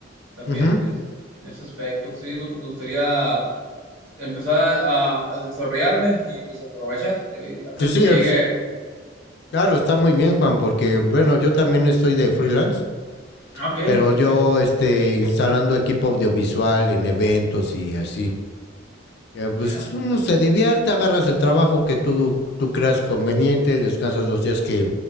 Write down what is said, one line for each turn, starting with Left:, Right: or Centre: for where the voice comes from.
Right: También
Left: Ujú.
Right: es en ese aspecto. Sí, es lo que me gustaría empezar a desarrollarme y pues aprovechar. Y ahorita antes
Left: Sí, sí,
Right: que
Left: es-
Right: llegue,
Left: claro, está muy bien, Juan, porque, bueno, yo también estoy de freelance.
Right: ah, ok,
Left: pero
Right: muy
Left: yo
Right: bien.
Left: este instalando equipo audiovisual en eventos y así. Eh, pues
Right: Ajá.
Left: uno se divierte, agarras el trabajo que tú, tú creas conveniente, descansas los días que,